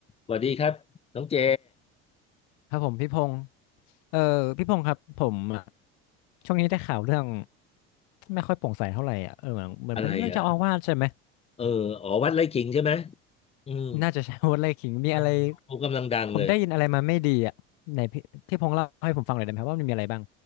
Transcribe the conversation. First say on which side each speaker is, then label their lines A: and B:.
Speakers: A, on the left; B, on the left.
A: สวัสดีครับน้องเจ
B: ครับผมพี่พงศ์เออพี่พงศ์ครับผมอะช่วงนี้ได้ข่าวเรื่องไม่ค่อยโปร่งใสเท่าไหร่อ่ะเออเหมือนเหมือนเป็นเรื่องเจ้าอาวาสใช่ไหม
A: อะไรอ่ะเอออ๋อวัดไร่ขิงใช่ไหม อืม
B: น่าจะใช่ <laughs> วัดไร่ขิงมีอะไร
A: เออเขกำลังดังเลย
B: ผมได้ยินอะไรมาไม่ดีอ่ะไหนพี่พี่พงศ์เล่าให้ผมฟังหน่อยได้ไหมครับว่ามันมีอะไรบ้าง